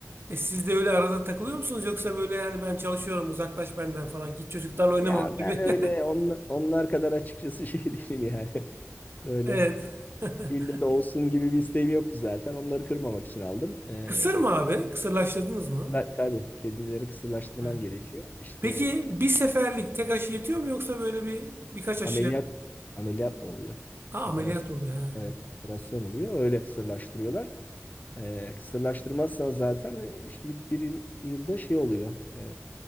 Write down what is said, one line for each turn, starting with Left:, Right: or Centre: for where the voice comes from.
Right: E siz de öyle arada takılıyor musunuz yoksa böyle yani ben çalışıyorum uzaklaş benden falan git çocuklarla oynama
Left: Ya
Right: öyle bir.
Left: ben öyle
Right: <laughs>
Left: on, onlar kadar açıkçası şey <laughs> değilim yani. Böyle
Right: Evet. <laughs>
Left: ille de olsun gibi bir isteğim yoktu zaten. Onları kırmamak için aldım. Ee,
Right: Kısır mı abi? Kısırlaştırdınız mı?
Left: ben- tabii kedileri kısırlaştırman
Right: He.
Left: gerekiyor. İşte
Right: Peki
Left: e,
Right: bir seferlik tek aşı yetiyor mu yoksa böyle bir birkaç aşı?
Left: ameliyat ameliyatla oluyor.
Right: Ha,
Left: Operasyon.
Right: ameliyat oluyor. ha
Left: Evet, operasyon oluyor. Öyle kısırlaştırıyorlar. E, kısırlaştırmazsan zaten e, ilk bir yıl- yılda şey oluyor. E,